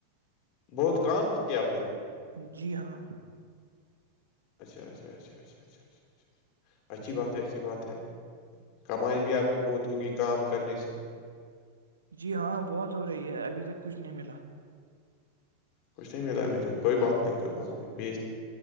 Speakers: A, on the left (about 40°); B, on the right (about 75°).
A: بہت کام کیا آ
B: جی ہاں
A: اچھا اچھا اچا اچھا اچھا اچھا اچھا اچھا اچھی
B: جی
A: بات ہے اچھی بات ہے کمائی بھی آپ کی بہت ہوگی کام کرنے سے
B: جی ہاں بہت ہو رہی ہے ابھی تک کچھ نہیں ملا
A: کچھ نہیں ملا ہے مجھے کوئی بات نہیں کر پاتے بیج